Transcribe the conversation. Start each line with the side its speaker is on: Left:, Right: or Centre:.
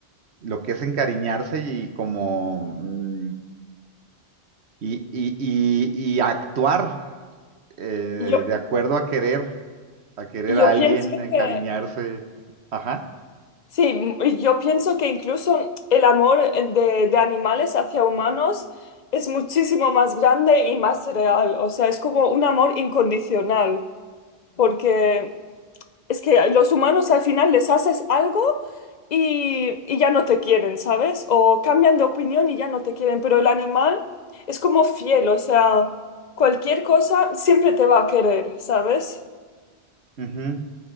Right: lo que es encariñarse y como, mm, y, y- y- y actuar eh,
Left: Yo,
Right: de acuerdo a querer, a querer
Left: yo
Right: a alguien,
Left: pienso
Right: a encariñarse.
Left: que
Right: Ajá.
Left: Sí, m- y yo pienso que incluso el amor eh, de, de animales hacia humanos es muchísimo más grande y más real. O sea, es como un amor incondicional, porque es que a los humanos al final les haces algo y, y ya no te quieren, ¿sabes? O cambian de opinión y ya no te quieren, pero el animal es como fiel, o sea, cualquier cosa siempre te va a querer, ¿sabes?
Right: Ujú.